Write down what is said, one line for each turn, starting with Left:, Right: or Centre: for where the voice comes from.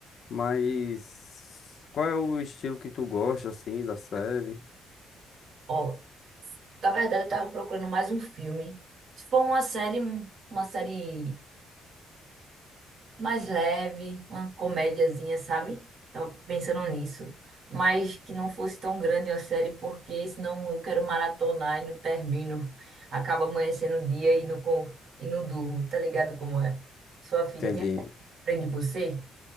Left: mas qual é o estilo que tu gosta assim da série?
Right: Ó, na verdade eu tava procurando mais um filme. Se for uma série, uma série mais leve, uma comédiazinha, sabe? Tava pensando nisso. Mas que não fosse tão grande a série, porque senão eu quero maratonar e não termino. Acaba amanhecendo o dia e não, com- e não durmo, tá ligado como é? Sua fica,
Left: Entendi.
Right: tem aprende você?